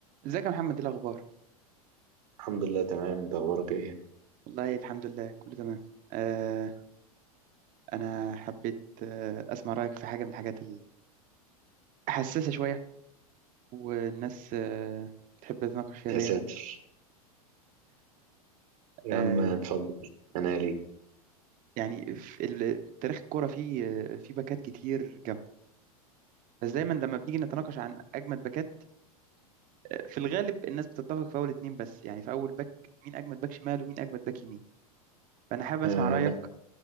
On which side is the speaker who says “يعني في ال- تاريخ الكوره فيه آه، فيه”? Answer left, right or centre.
Right